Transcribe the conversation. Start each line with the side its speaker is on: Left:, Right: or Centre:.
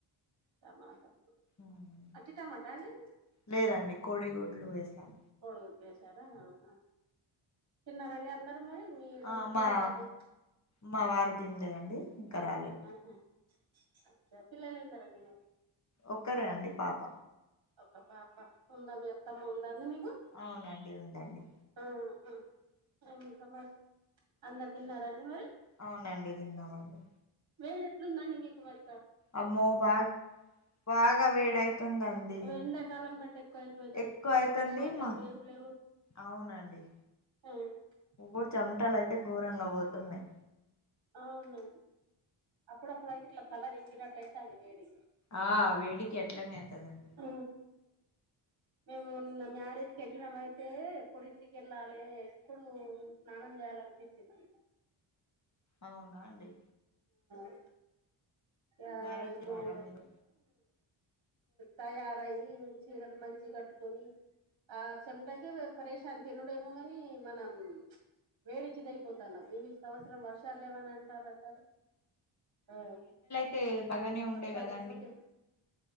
Right: టమాటా.
Left: మ్మ్
Right: అట్టి టమాటాండీ?
Left: లేదండి కోడిగుడ్లు వేసాం.
Right: కోడిగుడ్లేశారా? ఆహా తిన్నరాండీ అందరు మరి మీరూ
Left: ఆ
Right: మీ
Left: మా
Right: వాారూ?
Left: మా వారు దిన్లేదండి. ఇంకా రాలే.
Right: అహా అచ్చ పిల్లల్దిన్నరాండి మరి?
Left: ఒక్కరే అండి పాప
Right: ఒక పాప ఉందా మీ అత్తమ్మ ఉందా అండి మీకు
Left: అవునండి ఉందండి
Right: ఆహా ఇంకా అందరు తిన్నారండి మరి
Left: అవునండి తిన్నమండి
Right: <unintelligible> ఉందా మీకు వరక
Left: అమ్మో బా బాగ వేడైతుందండి
Right: ఎండాకాలం కంటే ఎక్కువ అయిపోయిందండి
Left: ఎక్కువ అయి
Right: వర్షాలు
Left: <unintelligible>
Right: లేవు
Left: మా
Right: ఏం లేవు
Left: అవునండి
Right: ఆ
Left: ఒ చమటాలు అయితే ఘోరంగా పోతున్నయ్
Right: అవును అప్పుడప్పుడు అయితే ఇట్లా తల <unintelligible> అయితే అని వేడి
Left: ఆ వేడికి అట్లనే అయితది అండి
Right: ఆ మేము మ్యారేజకి వెళ్ళినము అయితే ఎప్పుడు ఇంటికి ఏళ్లలే ఎప్పుడు స్నానం చేయాల అనిపించింది అండి
Left: అవున అండి
Right: ఆ ఆ
Left: మ్యారేజ్
Right: ఇప్పుడు
Left: కి వెళ్ళారా మీరు
Right: తయారయ్యి చీరలు మంచి <unintelligible> కట్టుకొని ఆ చెమటకే <unintelligible> <unintelligible> తినడేమో గాని మనం వేడికి ఇదైపోతున్నాం ఇవి సంవత్సరం వర్షాలు లేవని అంటారు అందరు ఆ
Left: అ బాగానే ఉండే
Right: వర్షాలు
Left: కదా
Right: లేకపోతే
Left: అండి